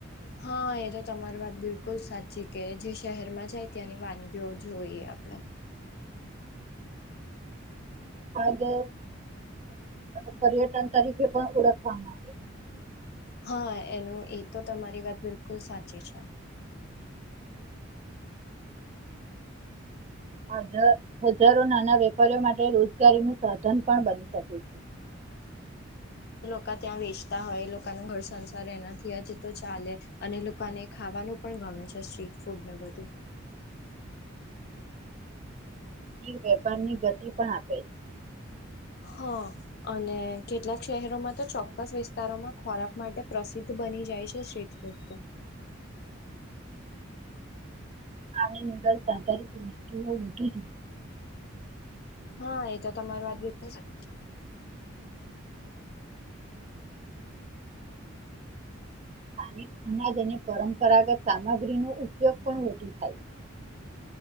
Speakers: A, on the left; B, on the right.
A: હા એ તો તમારી વાત બિલકુલ સાચી, કે જે શહેરમાં જાય ત્યાંની વાનગીઓ જોઈએ આપણે.
B: આજ પ પ પર્યટન તરીકે પણ ઓળખવામાં આવે.
A: હા એનું એ તો તમારી વાત બિલકુલ સાચી છે.
B: આજ હજારો નાના વેપારીઓ માટે રોજગારીનું સાધન પણ બની શકે છે.
A: કા ત્યાં વેચતા હોય, એ લોકનો ઘર સંસાર એનાથી હજી તો ચાલે, અને લોકાને ખાવાનું પણ ગમે છે સ્ટ્રીટ ફૂડને બધું.
B: વેપારને ગતિ પણ આપે છે.
A: હા અને કેટલાક શહેરોમાં તો ચોક્કસ વિસ્તારોમાં ખોરાક માટે પ્રસિદ્ધ બની જાય છે સ્ટ્રીટ ફૂડ તો.
B: <unintelligible> <inaudible>
A: હા એ તો તમારી વાત બી <unintelligible>
B: સ્થાનિક અનાજ અને પરંપરાગત સામગ્રી નુ ઉપયોગ પણ વધુ થાય છે.